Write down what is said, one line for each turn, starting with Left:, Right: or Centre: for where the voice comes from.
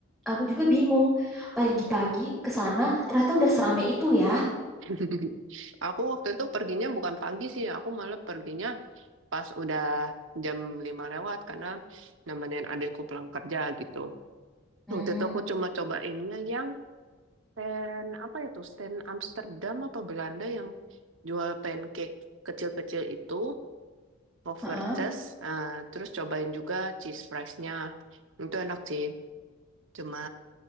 Centre: aku juga bingung pagi-pagi ke sana ternyata udah serame itu ya.
Right: <laughs> Aku waktu itu perginya bukan pagi sih, aku malah perginya pas udah jam 5 lewat karena nemenin adikku pulang kerja gitu.
Centre: Hmm,
Right: Waktu itu aku cuma cobainnya yang stand apa itu stand Amsterdam apa Belanda yang jual pancake kecil-kecil itu, Povertes.
Centre: heeh.
Right: Nah, terus cobain juga cheese fries-nya. Itu enak sih, cuma